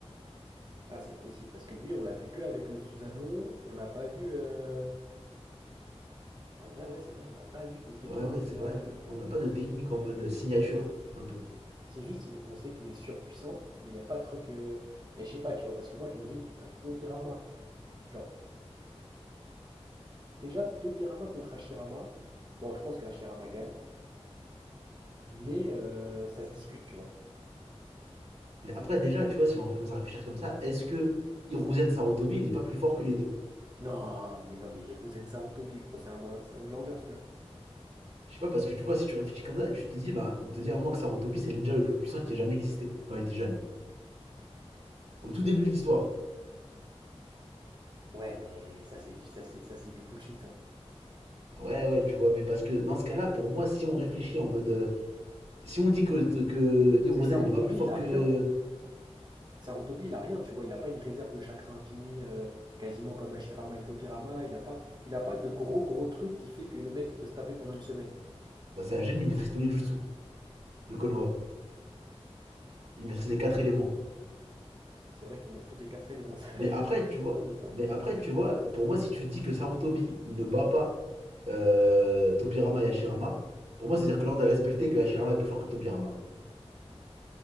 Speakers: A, on the right; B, on the right.
A: Ah, c'est possible, parce que lui, on l'a vu que avec le Susanoo, on n'a pas vu. euh, En vrai, ouais, c'est vrai, on n'a pas vu de technique.
B: Ouais ouais c'est
A: euh,
B: vrai. On n'a pas de technique en mode signature un peu.
A: C'est juste, il est- on sait qu'il est surpuissant, mais il n'y a pas de truc. euh, Mais je sais pas, tu vois, parce que moi, je me dis, un Tobirama. Genre, Déjà, Tobirama contre Hashirama. Bon, je pense que Hashirama gagne, mais euh, ça se discute, tu vois.
B: Mais après déjà tu vois si on commence à réfléchir comme ça, est-ce que Hiruzen Sarutobi il est pas plus fort que les deux
A: Non, mais non, mais Hiruzen Sarutobi, gros, c'est un, c'est un glandeur celui-là.
B: Je sais pas parce que tu vois si tu réfléchis comme ça, tu te dis bah on te dit à un moment que Sarutobi c'est le ninja le plus puissant qui ait jamais existé quand il était jeune. Au tout début de l'histoire.
A: Ouais, mais ça, c'est du, ça, c'est, ça, c'est du bullshit, ça.
B: Ouais ouais tu vois mais parce que dans ce cas-là pour moi si on réfléchit en mode euh, Si on dit que, que Hiruzen
A: Parce que Sarutobi,
B: il est pas plus fort
A: il a
B: que.
A: rien. Sarutobi, il a rien, tu vois. Il a pas une réserve de chakra infini, euh, quasiment comme Hashirama et Tobirama. Il a pas, il a pas de gros, gros truc qui fait que le mec, il peut se taper pendant une semaine.
B: Bah, c'est un génie, il maîtrise tous les jutsu de Konoha. Il maîtrise les quatre éléments.
A: C'est vrai qu'il maîtrise les quatre éléments, ça, <laughs>
B: Mais
A: j'avoue
B: après,
A: que c'est
B: tu
A: une
B: vois,
A: folie, ça. Tu
B: mais après, tu vois, pour moi, si tu dis que Sarutobi il ne bat pas euh, Tobirama et Hashirama, pour moi, c'est-à-dire que l'ordre est respecté que Hashirama est plus fort que Tobirama.